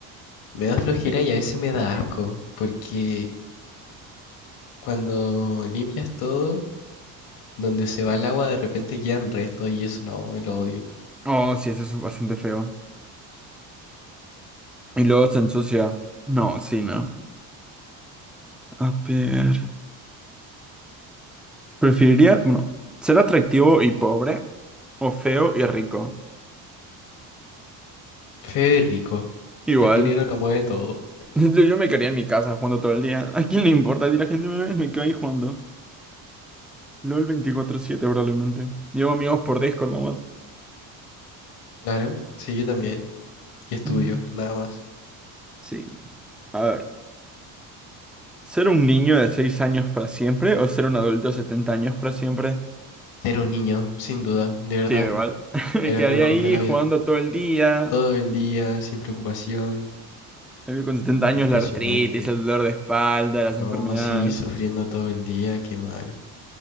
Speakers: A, on the left; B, in the centre.
A: Me da flojera y a veces me da asco, porque cuando limpias todo, donde se va el agua de repente quedan restos y eso no, me lo odio.
B: Oh, sí, eso es bastante feo. Y luego se ensucia. No, sí, no. A ver. Preferiría, bueno, ser atractivo y pobre o feo y rico.
A: Feo y rico,
B: Igual.
A: que el dinero lo mueve todo.
B: <laughs> Yo yo me quedaría en mi casa jugando todo el día. ¿A quién le importa si la gente me ve? Me quedo ahí jugando. LOL veinticuatro siete probablemente. Llevo amigos por Discord nomás.
A: Claro, sí, yo también. y estudio,
B: Mm,
A: nada más.
B: Sí. A ver, ¿ser un niño de 6 años para siempre o ser un adulto de 70 años para siempre?
A: Era un niño, sin duda, de verdad,
B: Sí, igual. <laughs> Me
A: era
B: quedaría
A: lo mejor
B: ahí
A: de la
B: jugando
A: vida.
B: todo el día.
A: Todo el día, sin preocupación,
B: En cambio, con setenta años
A: impresionante.
B: la artritis, el dolor de espalda, las
A: No,
B: enfermedades.
A: sí, sufriendo todo el día, qué mal.